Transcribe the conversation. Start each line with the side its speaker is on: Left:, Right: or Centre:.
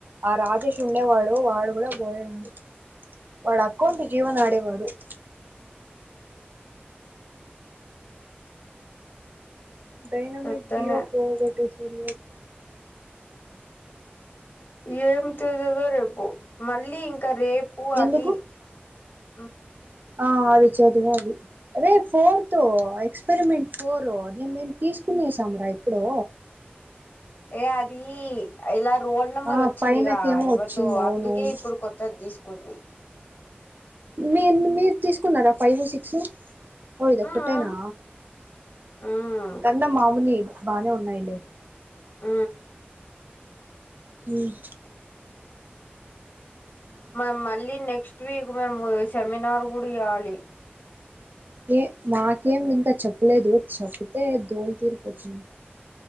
Right: ఆ రాజేష్ ఉండేవాడు వాడు కూడా పోయాడు వాడా అకౌంటు జీవన్ ఆడేవాడు <inaudible> డైనమిక్
Left: అట్లనే
Right: టీయో ఫోగోటీస్ ఉమ్
Left: ఏమి చేసేదో రేపు మళ్ళీ ఇం ంకా రేపు
Right: ఎందుకు
Left: అది ఉం
Right: ఆ అది చదవాలి రే ఫోర్త్ ఎక్స్పెరిమెంట్ ఫోర్ నేను మేము తీసుకునేసాము రా ఎప్పుడో
Left: ఏ అది ఇలా రోల్ నెంబర్
Right: ఆ
Left: వచ్చిందిగా
Right: పైనకేమో
Left: ఎవరిదో
Right: వచ్చింది అవునవును
Left: అందుకే ఇప్పుడు కొత్తది తీసు కొంది
Right: మీరు మీరు తీసుకున్నారా ఫైవ్ సిక్స్ ఓ ఇది ఒక్కటేనా
Left: ఉమ్ ఉమ్
Right: ఇంకందమ్ మాములి బానే ఉన్నాయిలే
Left: ఆ
Right: ఉమ్
Left: మరి మళ్ళీ నెక్స్ట్ వీక్ మేము సెమినార్ కూడా ఇయ్యాలీ.
Right: ఏ మాకేం ఇంకా చెప్పలేదు చెప్పితే దోల్ తీరిపోతుంది